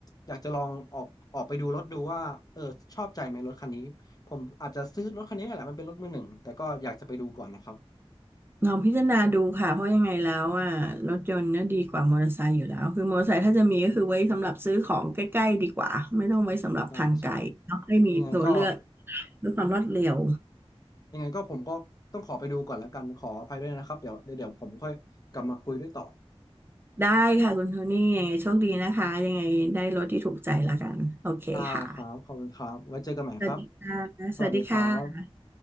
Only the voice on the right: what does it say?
ลองพิจารณาดูค่ะเพราะยังไงแล้วอ่ะรถยนต์เนี่ยดีกว่ามอเตอร์ไซค์อยู่แล้วคือมอเตอร์ไซค์ถ้าจะมีก็คือไว้สำหรับซื้อของใกล้ๆดีกว่าไม่ต้องไว้สำหรับทางไกลเนาะให้มีตัวเลือก
ด้วยความรวดเร็ว
ได้ค่ะคุณโทนี่ยังไงโชคดีนะคะยังไงได้รถที่ถูกใจแล้วกันโอเคค่ะ
สวัสดีค่ะสวัสดีค่ะ